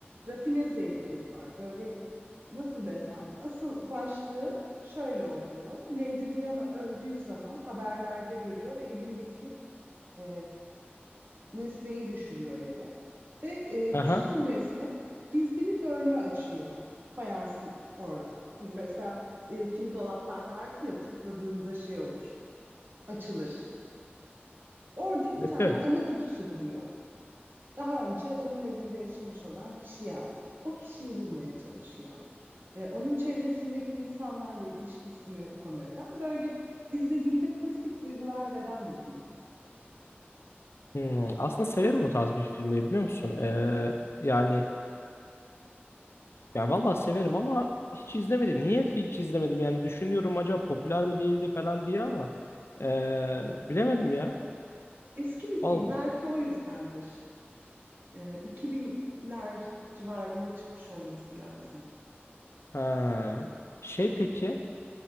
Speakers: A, on the right (about 55°); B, on the left (about 80°).
A: rafine zevkleri var. Böyle nasıl desem, asıl başlığı şöyle oluyor. Lady Diana öldüğü zaman haberlerde görüyor ve elindeki e, nesneyi düşürüyor yere. Ve e,
B: Aha.
A: düşen nesne gizli bir bölme açıyor fayansın orada. Hani mesela e, kimi dolaplar vardır ya tıkladığında şey olur, açılır. Orada bir
B: Evet
A: tane
B: evet.
A: ana kutusu buluyor. Daha önce onun evinde yaşamış olan kişiye ait. O kişiyi bulmaya çalışıyor. Ee, onun çevresindeki insanlarla ilişkisini konu eden böyle izlediğinde pozitif duygular veren bir film.
B: Hmm, Aslında severim o tarz bir filmleri biliyor musun? Ee, yani yani vallahi severim ama hiç izlemedim. Niye hiç izlemedim? Yani düşünüyorum acaba popüler mi değildi falan diye ama ee, bilemedim ya.
A: Eski bir film
B: Vallahi.
A: belki o yüzdendir. Ee, 2000'ler civarında çıkmış olması lazım.
B: Ha. Şey peki